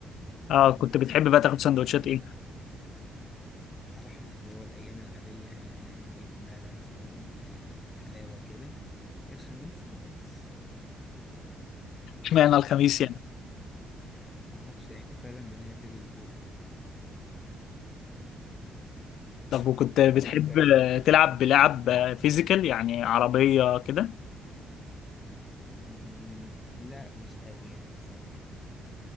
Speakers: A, on the left; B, on the left.
A: اه كنت بتحب بقى تاخد سندوتشات ايه؟
B: على حسب هو الايام العاديه جبنه لانشون آه، حلاوه كده الخميس بطاطس
A: اشمعنى الخميس يعني؟
B: معرفش إيه احتفالا بنهاية الأسبوع
A: طب وكنت بتحب
B: وأنت
A: آه، تلعب بلعب آه، فيزيكال يعني عربية كده؟
B: إني- لا مش قوي يعني بصراحة